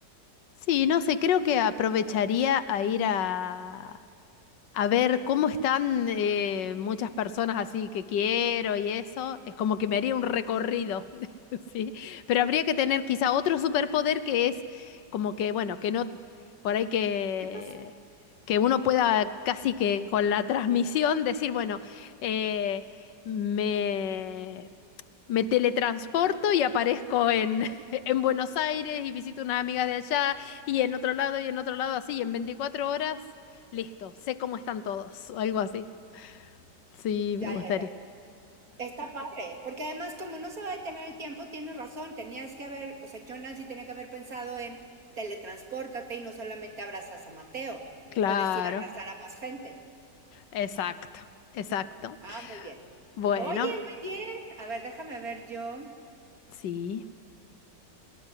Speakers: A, on the left (about 90°); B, on the right (about 55°).
A: sí, no sé, creo que aprovecharía a ir a, a ver cómo están eh, muchas personas así que quiero y eso. Es como que me haría un recorrido, <laughs> ¿sí? Pero habría que tener quizá otro superpoder que es como que, bueno, que no, por ahí que,
B: ¿Qué pasó?
A: que uno pueda casi que con la transmisión decir, bueno, eh, me, me teletransporto y aparezco en, <laughs> en Buenos Aires y visito unas amigas de allá y en otro lado y en otro lado así, y en 24 horas, listo, sé cómo están todos o algo así. Sí,
B: Ya,
A: me gustaría.
B: ya, ya. ya. Está padre, porque además como no se va a detener el tiempo, tienes razón, tenías que haber, o sea, yo Nancy tenía que haber pensado en teletranspórtate y no solamente abrazas a Mateo,
A: Claro,
B: puedes ir a abrazar a más gente.
A: exacto, exacto.
B: Ah, muy bien.
A: Bueno,
B: Oye, muy bien. A ver, déjame ver yo.
A: sí,